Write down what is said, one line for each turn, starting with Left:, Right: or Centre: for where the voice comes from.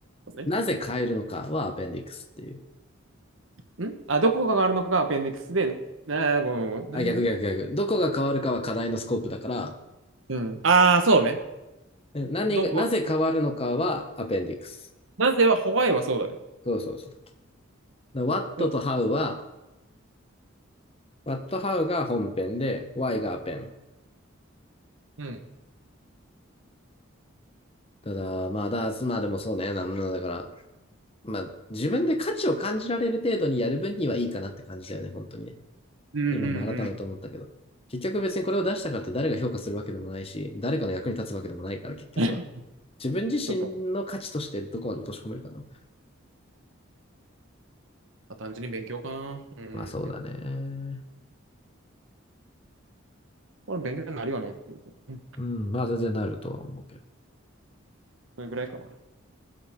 Right: とです
Left: なぜ変えるのかはアペンディクスっていう。
Right: ね。んあ、どこがあるのかがアペンディックスで、なあ、ごめんごめん何が
Left: あ、逆逆逆。どこが変わるかは課題のスコープだから、
Right: うん。ああ、そうね。
Left: うん何が、
Right: どこ、
Left: なぜ変わるのかはアペンディクス。
Right: なぜはホワイはそうだね。
Left: そうそうそう。what
Right: うん
Left: と how は、what how が本編で、why がアペン。
Right: うん。
Left: ただ、まあ、だ、まあでもそうね。な、なだから、まあ、自分で価値を感じられる程度にやる分にはいいかなって感じだよね、本当にね。
Right: うんうんうん。
Left: 今、も改めて思ったけど。結局別にこれを出したからって誰が評価するわけでもないし、誰かの役に立つわけでもないから、結局は。
Right: <laughs>
Left: 自分自身の価値としてどこまで落とし込めるかな。
Right: ちょっと、まあ単純に勉強かな。うん。
Left: まあそうだね。
Right: これ勉強になるよねっていう。うん
Left: うん、まあ全然なるとは思うけど。
Right: それぐらいかな。